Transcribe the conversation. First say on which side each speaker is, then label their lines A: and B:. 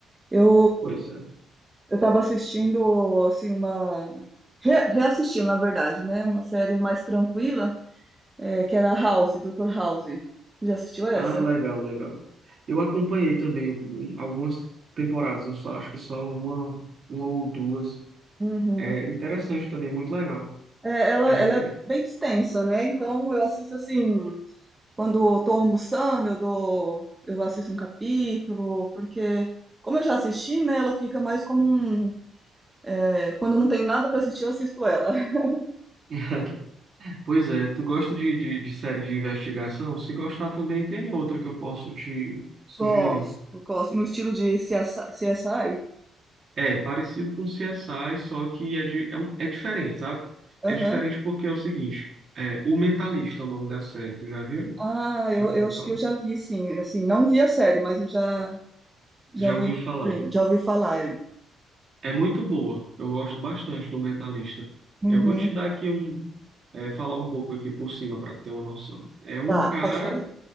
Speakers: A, on the right; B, on the right.
A: Eu,
B: coisa.
A: eu tava assistindo, assim, uma. re- reassistindo, na verdade, né? Uma série mais tranquila, é, que era House, Doutor House. Já assistiu essa?
B: Ah, legal, legal. Eu acompanhei também um, algumas temporadas, eu só acho que só uma, uma ou duas.
A: Uhum.
B: É interessante também, muito legal.
A: É, ela,
B: É,
A: ela é bem extensa, né? Então eu assisto assim, quando eu tô almoçando, eu dou, eu assisto um capítulo, porque como eu já assisti, né, ela fica mais como um, é, quando eu não tenho nada pra assistir, eu assisto ela. <laughs>
B: <laughs> Pois é, tu gosta de, de, de série de investigação? Se gostar também tem outra que eu posso te sugerir.
A: Gosto, gosto, no estilo de CSI.
B: É parecido com o CSI, só que é, de, é, um- é diferente, sabe?
A: Aham.
B: É diferente porque é o seguinte, é, O Mentalista é o nome da série, tu já viu?
A: Ah, eu,
B: Já ouviu
A: eu acho
B: falar?
A: que eu já vi, sim. Assim, não vi a série, mas eu já, já
B: Já
A: vi
B: ouviu
A: no
B: falar?
A: stream, já ouvi falar. é.
B: É muito boa, eu gosto bastante do Mentalista.
A: Uhum.
B: Eu vou te dar aqui um, é, falar um pouco aqui por cima para ter uma noção. É um
A: Tá,
B: cara
A: pode falar.